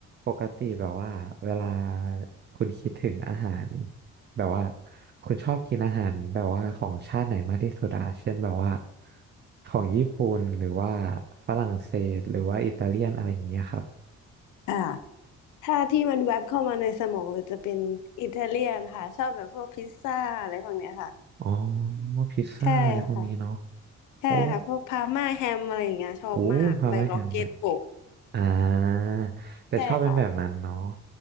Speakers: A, on the right; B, on the left.
A: ปกติแบบว่าเวลาคุณคิดถึงอาหารแบบว่าคุณชอบกินอาหารแบบว่าของชาติไหนมากที่สุดอะเช่นแบบว่าของญี่ปุ่นหรือว่าฝรั่งเศสหรือว่าอิตาเลียนอะไรอย่างเงี้ยครับ
B: อ่าถ้าที่มันแวบเข้ามาในสมองเลยจะเป็นอิตาเลียนค่ะชอบแบบพวกพิซซ่าอะไรพวกเนี้ยค่ะ
A: อ๋อพิซซ่าอะไรพวกนี้เนาะ
B: ใช่ค่ะใช่ค่ะพวกพาม่าแฮมอะไรอย่างเงี้ยชอบมากใบล็อกเก็ตโปะ
A: โอ้โอ้พาร์มาแฮมด้วยอ่า
B: <laughs>
A: แต่ชอบเป็นแบบนั้นเนาะ
B: ใช่ค่ะ